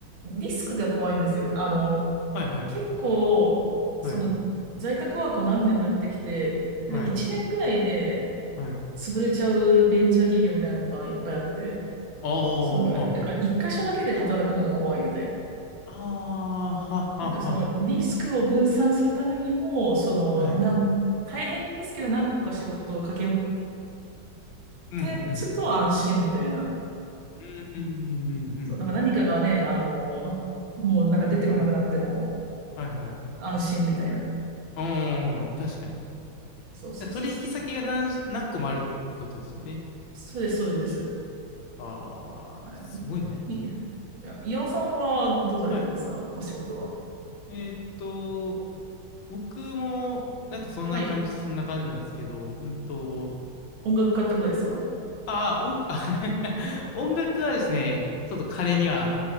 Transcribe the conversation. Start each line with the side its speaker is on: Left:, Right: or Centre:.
Right: リスクが怖いんですよ。あの、
Left: はいはい。
Right: 結構、その、
Left: はい。
Right: 在宅ワークを何年もやってきて、なんか1年ぐらいで
Left: はい。はい。
Right: 潰れちゃうベンチャー企業みたいなのがいっぱいあって、
Left: ああ、
Right: その、だから、
Left: はあは
Right: だから1箇所だけで働くのが怖いみたいな。
Left: あ。ああ、ははは
Right: なんかその、リスクを分散するためにも、その、
Left: あ。はい。
Right: なん、大変ですけど何個か仕事を掛け持っ
Left: うん、
Right: てつと安心みたいな。
Left: うん。うん、うん、うん、うん。
Right: そう、なんか何かがね、あの、もうなんか出てこなくなっても、
Left: はい。はいはいはい
Right: 安心みたいな。
Left: ああはあはあああははははいうん、確かに。
Right: そうそうそうそう。
Left: 取引先が何、何個もあるってことですよね。
Right: そうです、そうです。
Left: ああ、
Right: はい。
Left: すごいな。
Right: い、い岩尾さんはどうされてますかお仕事は。
Left: はい。えーっと、僕も、なんかそんな感じ、
Right: はい。
Left: そんな感じなんですけど、うんと、
Right: 音楽家ってことですか
Left: ああ、音、<laughs> あ音楽はですね、ちょっと彼には